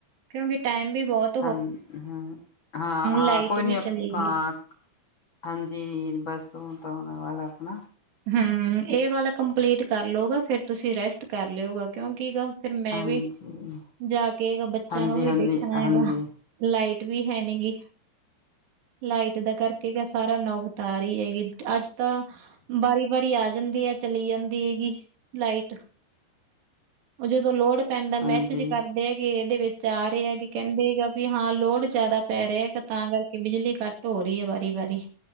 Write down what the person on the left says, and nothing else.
ਹਾਨੰ, ਹੰ, ਹਾਂ, ਹਾਂ,
ਕੋਈ ਨੀ
ਹਾਂ।
ਹਾਂਜੀ, ਬਸ ਹੁਣ ਤਾਂ <unintelligible> ਵਾਲਾ ਆਪਣਾ।
ਹਾਂਜੀ
ਹਾਂਜੀ,
ਹਾਂਜੀ,
ਹਾਂਜੀ,
ਹਾਂਜੀ।